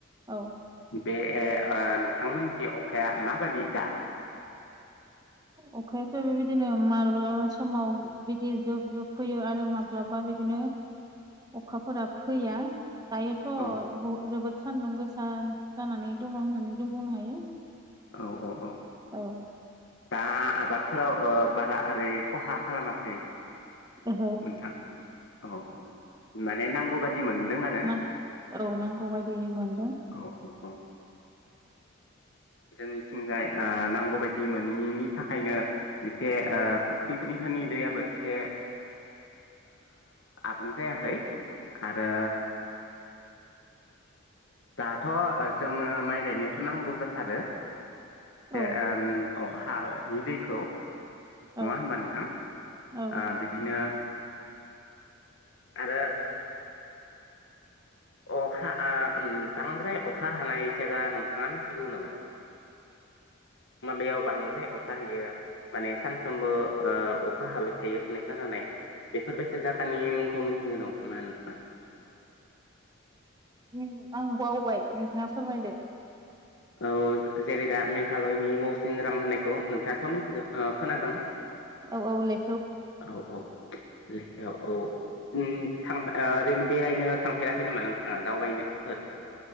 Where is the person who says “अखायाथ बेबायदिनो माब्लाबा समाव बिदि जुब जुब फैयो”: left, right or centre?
Right